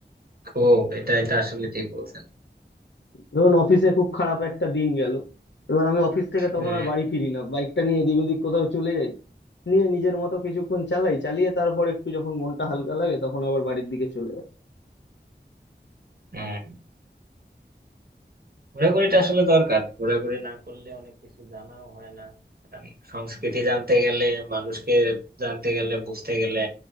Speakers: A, on the right; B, on the left.
A: খুব এটা এটা আসলে ঠিক বলছেন
B: ধরুন অফিসে খুব খারাপ একটা দিন গেল এবার আমি অফিস থেকে তখন
A: হুম
B: আর বাড়ি ফিরি না বাইকটা নিয়ে এদিক ওদিক কোথাও চলে যাই নিয়ে নিজের মতো কিছুক্ষণ চালাই চালিয়ে তারপর একটু যখন মনটা হালকা লাগে তখন আবার বাড়ির দিকে চলে যাই
A: হুম ঘোরাঘুরিটা আসলে দরকার ঘোরাঘুরি না করলে অনেক কিছু জানাও হয় না কারণ সংস্কৃতি জানতে গেলে মানুষকে জানতে গেলে বুঝতে গেলে